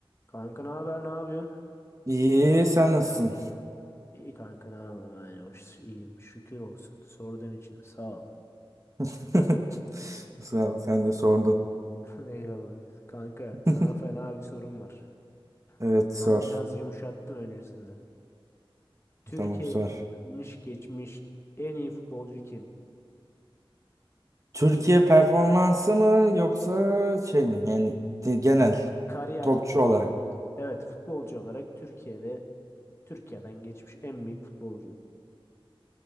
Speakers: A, on the left; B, on the right.
A: Kanka ne haber ne yapıyorsun?
B: İyi, sen nasılsın?
A: İyi kanka ne yapayım aynı baş iyiyim şükür olsun sorduğun için sağ ol.
B: <laughs> Sağ ol, sen de sordun.
A: <laughs> Eyvallah. Kanka
B: <laughs>
A: sana fena bir sorum var.
B: Evet, sor.
A: Ama biraz yumuşattım öncesinde. Türkiye'ye
B: Tamam, sor.
A: gelmiş geçmiş en iyi futbolcu kim?
B: Türkiye
A: Türk
B: performansı mı yoksa şey mi? Yani de- genel
A: kariyer
B: topçu olarak
A: evet futbolcu olarak Türkiye'de Türkiye'den geçmiş en büyük futbolcu.